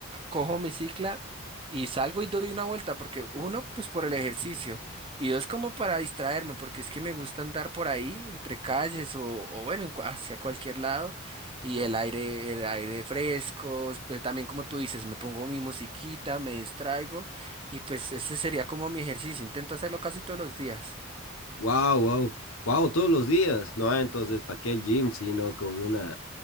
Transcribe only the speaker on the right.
Cojo mi cicla y salgo y doy una vuelta, porque uno, pues por el ejercicio, y dos, como para distraerme, porque es que me gusta andar por ahí, entre calles o, o bueno, en cua- hacia cualquier lado. Y el aire, el aire fresco, pero también como tú dices, me pongo mi musiquita, me distraigo y pues ese sería como mi ejercicio, intento hacerlo casi todos los días.